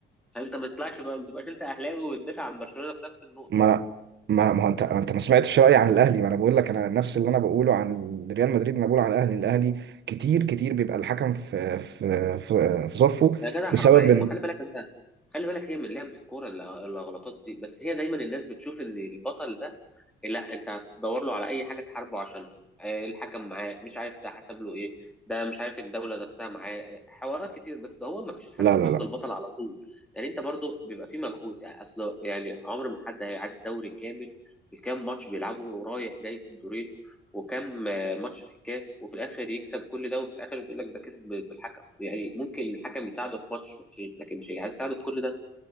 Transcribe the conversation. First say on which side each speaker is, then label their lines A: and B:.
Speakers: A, in the centre; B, on the right.
A: فانت ما تطلعش بقى ما تبقاش انت اهلاوي وتدافع عن برشلونه في نفس النقطه
B: ما أنا ما ما هو انت ما انت ما سمعتش رايي عن الاهلي ما انا بقول لك انا نفس اللي انا بقوله عن ريال مدريد انا بقوله عن الاهلي الاهلي كتير كتير بيبقى الحكم في في في, في صفه
A: يا جدع
B: بسبب
A: حرام عليك
B: ان
A: ما خلي بالك انت خلي بالك هي من لعبه الكوره الغلطات دي بس هي دايما الناس بتشوف ان البطل ده لا انت هتدور له على اي حاجه تحاربه عشانها آه، الحكم معاه مش عارف ده حسب له ايه ده مش عارف الدوله نفسها معاه آه، حوارات كتير بس هو ما فيش حد
B: لا
A: بيفضل
B: لا لا
A: بطل على طول يعني انت برضو بيبقى في مجهود يعني اصل يعني عمر ما حد هيعدي دوري كامل بكام ماتش بيلعبه ورايح جاي في الدورين وكام آه، ماتش في الكاس وفي الاخر يكسب كل ده وفي الاخر يقول لك ده كسب بالحكم يعني ممكن الحكم يساعده في ماتش ماتشين لكن مش هيساعده في كل ده